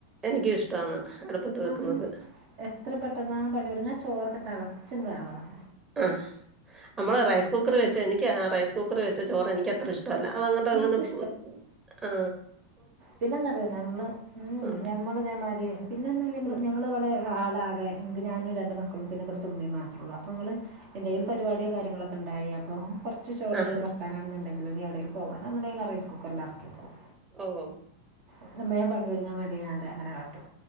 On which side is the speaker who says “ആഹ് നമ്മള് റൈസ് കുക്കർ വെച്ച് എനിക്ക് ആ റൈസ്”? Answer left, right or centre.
Right